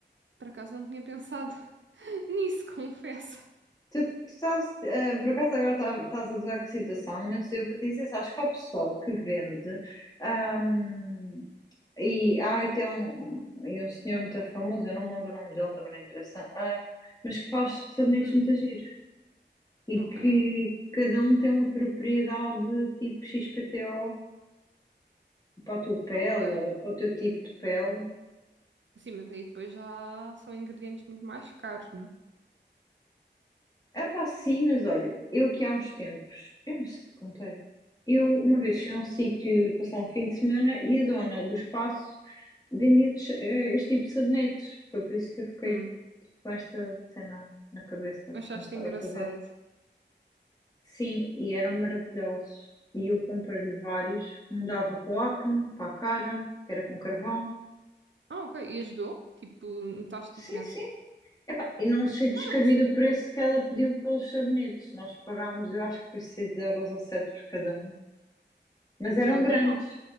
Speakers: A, on the right; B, on the left.
A: Por acaso não tinha pensado <laughs> nisso, confesso.
B: Tu, tu estás, eh, por acaso agora tá- estás a gozar com a situação, mas eu vou te dizer, sabes que há pessoal que vende, ahm, e, ah, e tem um, um, e um senhor muito famoso, eu não me lembro o nome dele, também não interessa, ah, mas que faz sabonetes
A: Hum,
B: muito giros e
A: ok,
B: que cada um tem uma propriedade tipo XPTO para a tua pele
A: ok.
B: ou para o teu tipo de pele.
A: Sim, mas aí depois já são ingredientes muito mais caros, né?
B: Ah, pá, sim, mas olha, eu que há uns tempos, eu não sei se te contei, eu uma vez fui a um sítio passar um fim de semana e a dona do espaço vendia tes- eh, este tipo de sabonetes. Foi por isso que eu fiquei
A: Hum,
B: com esta cena na cabeça
A: achaste
B: de começar
A: engraçado.
B: a fazer. Sim, e eram maravilhosos. E eu comprei-lhe vários. Um dava para o acne, para a cara, que era com carvão.
A: Ah, ok. E ajudou? Tipo, notaste
B: Sim,
A: diferença?
B: sim. Epá, e não achei descabido
A: Ah, nice.
B: o preço que ela pediu pelos sabonetes. Nós pagámos, eu acho que foi 6 euros ou 7 por cada um. Mas eram
A: Não
B: grandes.
A: dá mal.